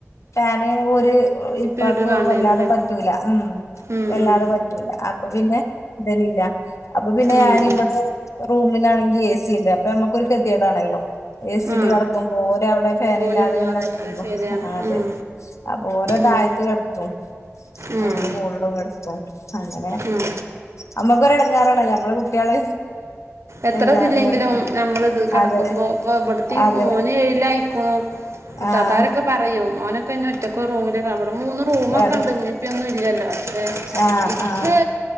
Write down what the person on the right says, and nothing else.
സ്പീഡ്
വേണ്ടിവരുല്ലേ
ഉം
ഉം
ഉം
ഉം
ആ
ഓലില്ലാതെ
അത് ശരിയാണ്
ഉം
ഉം
ഉം
ഉം
എത്ര
ഇതില്ലെങ്കിലും
നമ്മളിത് കിടക്കുമ്പോ
<unintelligible>
മോന് ഏഴിലായെക്കും ഇത്താത്തമാരൊക്കെ
പറയും മോനെ തന്ന ഒറ്റക്ക്‌ ഒരു റൂമില് കാണുവൊള്ള മൂന്ന് റൂമൊക്കെ
ഉണ്ട് ഉമ്മേ ഉപ്പിയൊന്നും ഇല്ലാല്ലോ അപ്പെ
ഇക്കേ